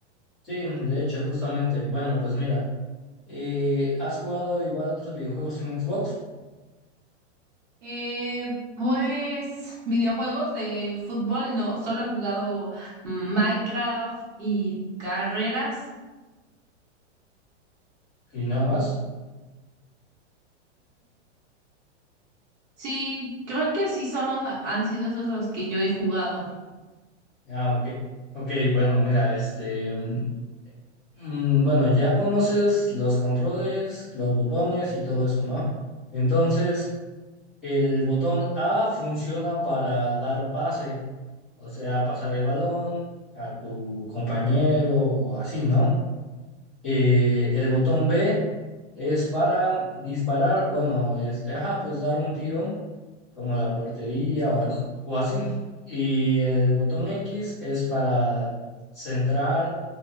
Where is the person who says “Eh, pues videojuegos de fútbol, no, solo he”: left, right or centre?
Right